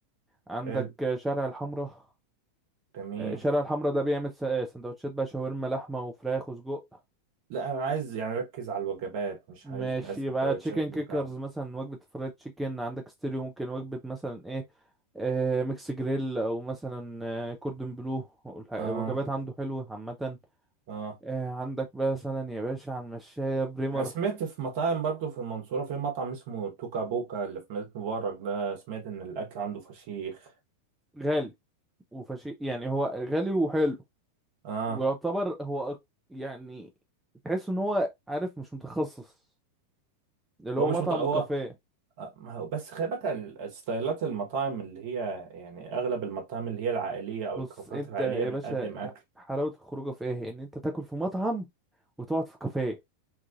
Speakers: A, in the centre; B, on the right (about 50°).
A: عندك
B: حلو
A: آه، شارع الحمراء
B: جميل
A: آه، شارع الحمراء ده بيعمل س- آه، سندوتشات بقى شاورما لحمة وفراخ وسجق
B: لا انا عايز يعني اركز على الوجبات مش
A: ماشي
B: عايز بقى سندوتشات
A: يبقى تشيكن كيكرز
B: والكلام
A: مثلا وجبة فرايد تشيكن عندك ستيريو ممكن وجبة مثلا ايه آه ميكس جريل او مثلا آه كوردن بلو والح- الوجبات
B: اه
A: عنده حلوة عامة
B: اه
A: آه عندك بقى مثلا يا باشا على المشاية بريمر
B: انا سمعت في مطاعم برضو في المنصورة في مطعم اسمه توكا بوكا اللي في مدينة مبارك ده سمعت ان الاكل عنده فشيخ
A: غالي وفشي يعني هو غالي وحلو
B: اه
A: ويعتبر هو أك- يعني تحس ان هو عارف مش متخصص اللي
B: هو
A: هو
B: مش
A: مطعم
B: مط... هو
A: وكافيه
B: آه، ما هو بس خلي بالك ال- الستايلات المطاعم اللي هي يعني اغلب المطاعم اللي هي العائلية او
A: بص
B: الكافيهات
A: انت
B: العائلية
A: يا
B: بتقدم
A: باشا
B: اكل
A: حلاوة الخروجه في ايه ان انت تاكل في مطعم وتقعد في كافيه